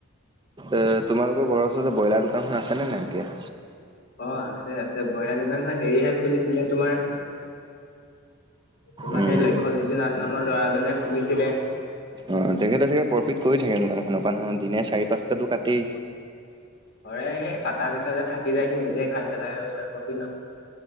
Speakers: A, on the right; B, on the left.
A: এ তোমালোকৰ ঘৰৰ ওচৰত যে ব্ৰইলাৰ দোকানখন আছেনে নাই এতিয়া
B: অ আছে আছে ব্ৰইলাৰ দোকানখন হেৰিয়েহে খুলিছিলে তোমাৰ তোমাৰ
A: উম
B: এই লক্ষ্যজ্যোতি নাথ নামৰ ল'ৰাজনে খুলিছিলে
A: অ তেখেতে চাগে প্ৰফিট কৰি থাকে দোকানখনৰ পৰা ন দিনে চাৰি পাঁচটাতো কাটেই
B: কৰে সেই কটাৰ পিছতে থাকি যায় সি নিজে খাই পেলাই আৰু ইমান প্ৰফিট নহয়